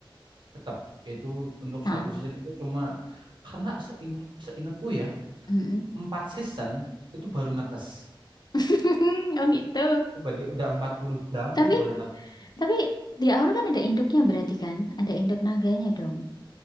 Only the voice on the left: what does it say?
Nah,
mm-mm.
<laughs> Oh gitu.
Tapi
tapi di awal kan ada induknya berarti kan? Ada induk naganya dong.